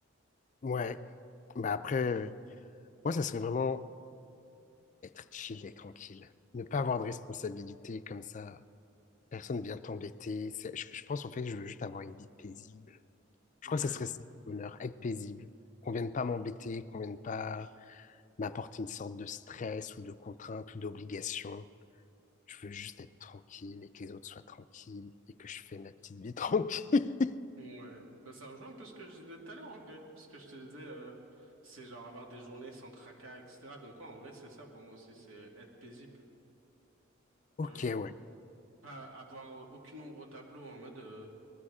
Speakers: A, on the left; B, on the right.
A: Ouais. Bah après, euh, moi, ça serait vraiment être chill et tranquille. Ne pas avoir de responsabilité comme ça. Personne vient t'embêter. C'est- Je, je pense en fait que je veux juste avoir une vie paisible. Je
B: Ouais,
A: crois que ce serait ça le bonheur, être paisible. Qu'on vienne pas m'embêter, qu'on vienne pas m'apporter une sorte de stress ou de contrainte ou d'obligation. Je veux juste être tranquille et que les autres soient tranquilles et que je fais ma petite vie <laughs> tranquille.
B: ouais. Bah, ça rejoint un peu ce que je disais tout à l'heure en vrai. Parce que je te disais, euh, c'est genre avoir des journées sans tracas, etc. Donc quoi, en vrai, c'est ça pour moi aussi, c'est être paisible.
A: Ok,
B: Tu vois, genre,
A: ouais.
B: pas avoir euh, aucune ombre au tableau en mode, euh,